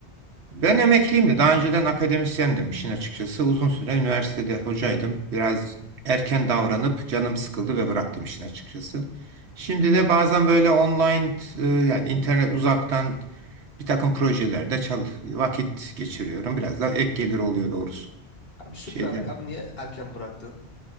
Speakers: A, on the right; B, on the left.
A: Ben emekliyim de daha önceden akademisyendim işin açıkçası. Uzun süre üniversitede hocaydım. Biraz erken davranıp canım sıkıldı ve bıraktım işin açıkçası. Şimdi de bazen böyle online e, yani internet uzaktan bir takım projelerde çal vakit geçiriyorum. Biraz da ek gelir oluyor doğrusu.
B: Abi süper.
A: Şeyden
B: Abi niye erken bıraktın?